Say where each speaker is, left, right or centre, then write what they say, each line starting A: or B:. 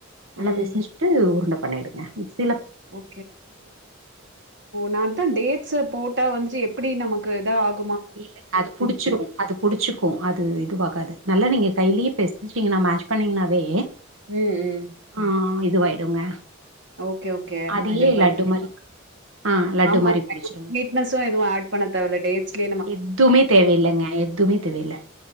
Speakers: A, on the right; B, on the right.
A: நல்லா
B: ம்.
A: பெசஞ்சிட்டு உருண்ட பண்ணிடுங்க மிக்ஸ்
B: ஓகே நான்தா டேட்ஸ்ஸ போ ட்டா வந்துட்டு எப்டி நமக்கு இதா ஆகு
A: இல்லங்க அது புடிச்சிரு அது புடிச்சுக்கு அது இதுவாகாது நல்லா நீங்க கைலயே பெசச்சீங்கன்னா மேஷ் பண்ணீங்கனாவே
B: ம் ம்
A: ஆ இதுவாயிடுங்க
B: ஓகே ஓகே
A: அதையே
B: நா இத ட்ரை
A: லட்டு
B: பண்ணி
A: மாரி
B: பாக்கற
A: ஆ லட்டு
B: ஆமா
A: மாரி புடிச்சிருங்க
B: ஸ்வீட்னஸ் எதுவு ஆட் பண்ண தேவ இல்ல டேட்ஸ்லயை
A: எதுமே தேவயில்லங்க எதுமே தேவயில்ல